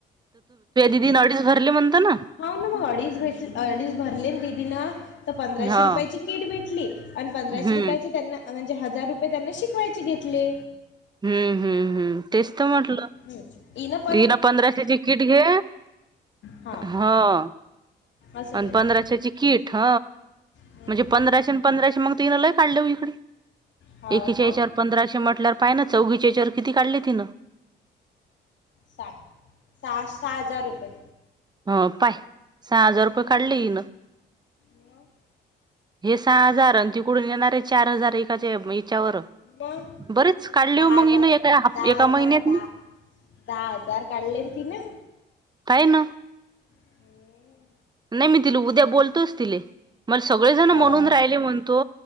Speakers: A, on the right; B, on the left.
A: वि नाडी भर! त्याला म्हणत ना!
B: हो ना मग अडीच भेट अडीच भरले दिदी ना तर पंधराशे
A: हां.
B: रुपयाची किट भेटली. आणि पंधराशे
A: हं.
B: रुपयाचे त्यांना म्हणजे हजार रुपये त्यांना शिकवायचे घेतले.
A: हम्म हम्म हम् तेच तर म्हटलं.
B: हम् इ ना
A: हीन पंधराशेची किट घे
B: हा
A: हो.
B: असं
A: आणि
B: केलं
A: पंधराशे ची किट ह.
B: हम्म.
A: म्हणजे पंधराशे अन पंधराशे मग तिन लय काढल्या इकडे
B: हो
A: एकीच्या
B: मग
A: यचावर. पंधराशे म्हटल्यावर पाय ना चौघच्याच्यावर किती काढली तिन.
B: साठ सहा सहा हजार रुपये.
A: ह पाय सहा हजार रुपये
B: मग
A: काढले इन.
B: मग.
A: हे सहा हजार आणि तिकडून येणार आहे चार हजार एकाच्या याच्यावर.
B: मग
A: बरेच काढले
B: दहा
A: हो
B: हजार
A: मग एका
B: दहा
A: हाप एका
B: हजार
A: महिन्यात
B: दहा दहा हजार काढले तिने.
A: काय ना.
B: हम्म.
A: नाही मी तिला उद्या बोलतोच तिले मला सगळेजण
B: हो
A: म्हणून राहिले म्हणतो.